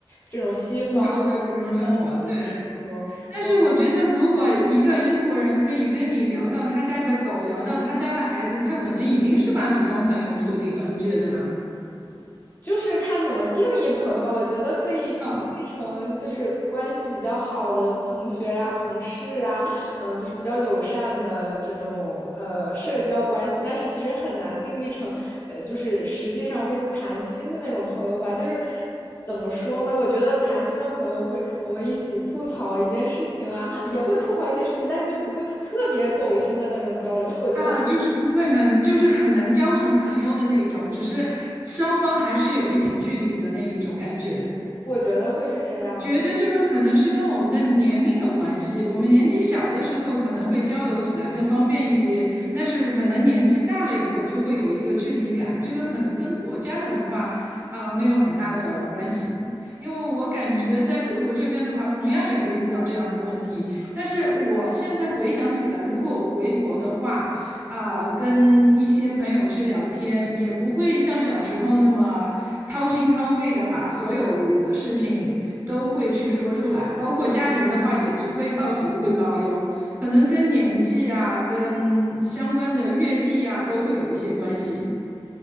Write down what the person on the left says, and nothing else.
这种西方
西方这种生活。
嗯
就是看怎么定义朋友吧，我觉得可以定义成就是关系比较好的同学呀、
同事啊，嗯、就是比较友善的这种呃社交关系。但是其实很难定义成，呃，就是实际上会谈心的那种朋友吧。就是怎么说呢？我觉得谈心的朋友会我们一起吐槽一件事情啊，也会吐槽一些事情，但是就不会特别走心的那种交流。我觉得，
我觉得会是这样的。